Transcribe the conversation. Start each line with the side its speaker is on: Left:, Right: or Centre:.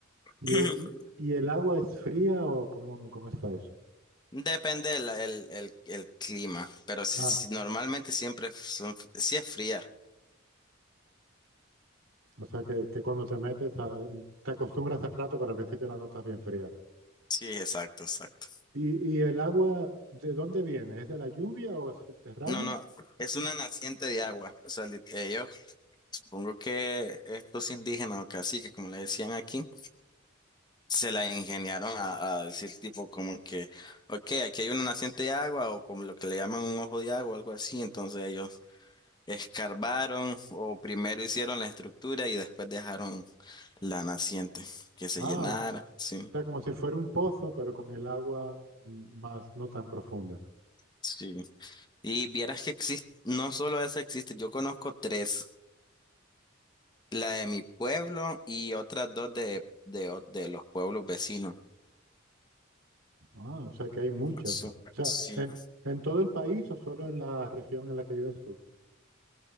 Right: ¿Y,
Left: <clears throat>
Right: e- y- y el agua es fría o cómo, cómo está eso?
Left: Depende el el, el, el clima, pero si,
Right: Ah,
Left: si normalmente siempre son, si es fría.
Right: o sea que, que cuando te metes a- te acostumbras al rato, pero al principio la notas bien fría.
Left: Sí, exacto, exacto.
Right: ¿Y, y el agua de dónde viene? ¿Es de la lluvia o es subterránea?
Left: No, no, es una naciente de agua. O sea, lit- eh, yo supongo que estos indígenas o caciques, como le decían aquí, se la ingeniaron a, a decir tipo como que, ok, aquí hay una naciente de agua o como lo que le llaman un ojo de agua, algo así. Entonces ellos escarbaron o primero hicieron la estructura y después dejaron la naciente que se
Right: Ah,
Left: llenara.
Right: o
Left: Sí,
Right: sea, como si fuera un pozo, pero con el agua mm, más no tan profunda.
Left: sí. Y vieras que existe, no solo esa existe, yo conozco tres, la de mi pueblo y otras dos de, de, o- de los pueblos vecinos.
Right: Ah, o sea que hay muchas.
Left: Ok. Sí.
Right: O sea,
Left: sí.
Right: ¿en, en todo el país o solo en la región en la que vives tú?